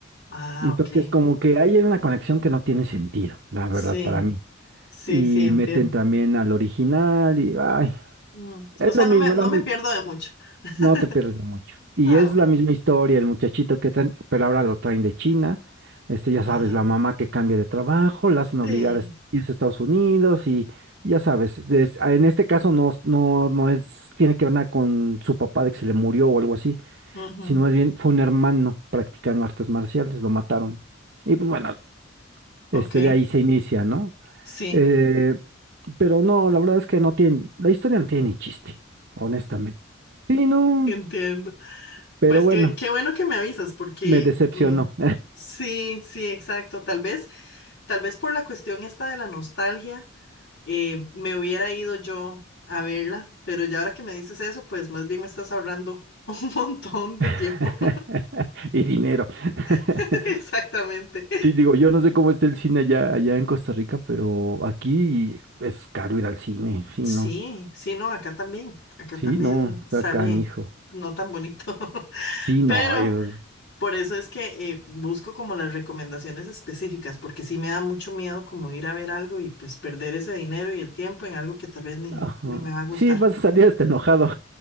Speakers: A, on the left; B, on the right.
A: Ah,
B: Entonces,
A: ok.
B: como que hay una conexión que no tiene sentido, la verdad,
A: Sí,
B: para mí.
A: sí,
B: Y
A: sí, entiendo.
B: meten también al original y, ay,
A: Mm,
B: es
A: O sea,
B: lo
A: no
B: mismo,
A: me, no
B: es la mi-
A: me pierdo de mucho. <laughs>
B: no te pierdes de mucho. Y
A: Ah,
B: es
A: bueno.
B: la misma historia, el muchachito que traen, pero ahora lo traen de China. Este, ya
A: Ah,
B: sabes, la mamá que cambia de trabajo, la hacen
A: sí.
B: obligar a est- irse a Estados Unidos y ya sabes, es- en este caso no, no, no es, tiene que ver nada con su papá de que se le murió o algo así,
A: Ujú,
B: sino más bien fue un hermano practicando artes marciales, lo mataron. Y pues bueno.
A: Ok,
B: Este, de ahí se inicia, ¿no?
A: sí,
B: Eh, pero no, la verdad es que no tiene, la historia no tiene ni chiste, honestamente. Sí, no,
A: entiendo.
B: pero
A: Pues
B: bueno,
A: que, qué bueno que me avisas, porque
B: me decepcionó.
A: mm, sí, sí, exacto. Tal vez, tal vez por la cuestión esta de la nostalgia, eh, me hubiera ido yo a verla, pero ya ahora que me dices eso, pues más bien me estás ahorrando <laughs> un montón de
B: <laughs>
A: tiempo.
B: Y dinero.
A: <laughs>
B: <laughs>
A: Exactamente.
B: Sí, digo, yo no sé cómo está el cine allá, allá en Costa Rica, pero aquí es caro ir al cine, sí,
A: Sí,
B: no.
A: sí, no, acá también. Acá
B: Sí,
A: también
B: no, está
A: sale
B: canijo.
A: no tan bonito. <laughs>
B: Sí,
A: Pero
B: no, ay, pues,
A: Por eso es que eh, busco como las recomendaciones específicas, porque sí me da mucho miedo como ir a ver algo y pues perder ese dinero y el tiempo en algo que tal vez ni,
B: ajá.
A: ni me va a gustar.
B: Sí, vas a salir hasta enojado.